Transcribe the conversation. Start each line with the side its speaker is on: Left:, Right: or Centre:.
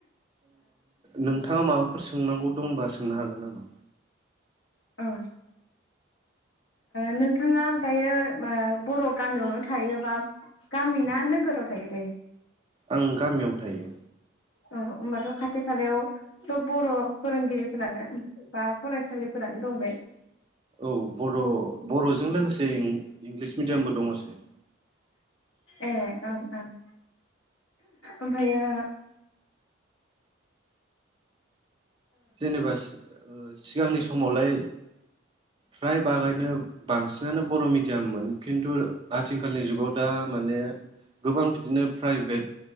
Right: नोंथाङा माबाफोर सोंनांगौ दंबा सो सोंनो हागोन नामा
Left: औ नोंथाङा दायो बर' गामियावनो थायो बा गामि ना नोगोराव थायो दायो
Right: आं गामियावनो थायो
Left: औ होमबाथ' खाथि खालायावथ' बर' फोरोंगिरिफोरानो बा फरायसालिफोरानो दं बे
Right: औ बर' बर'जों लोगोसे इंलिस मिडियामबो दङसै
Left: ए ओं ओं ओमफायो
Right: जेनेबा सिगांनि समावलाय फ्राय बागैनो बांसिनानो बर' मिडि मिदियाममोन खिन्थु आथिखालनि जुगाव दा माने गोबां बिदिनो प्राइभेट